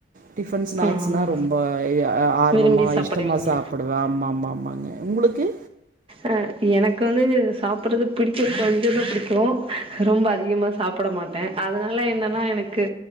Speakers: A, on the right; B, on the right.
A: டிஃபன் ஸ்நாக்ஸ்னா
B: ம்,
A: ரொம்ப எ அ ஆர்வமா
B: விரும்பி சாப்பிடுவீங்க
A: இஷ்டமா சாப்புட ஆமாமாமாங்க உங்களுக்கு
B: அ எனக்கு வந்து சாப்புட்றது பிடிக்கு கொஞ்சமா பிடிக்கு ரொம்ப அதிகமா சாப்ட மாட்டே ட அதனால என்னன்னா எனக் க்கு